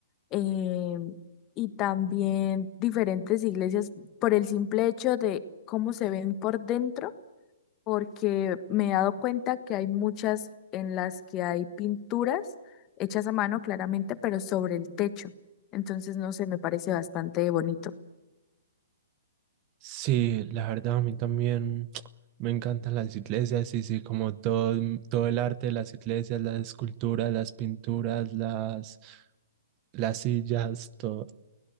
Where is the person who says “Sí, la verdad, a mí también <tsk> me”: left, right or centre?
Right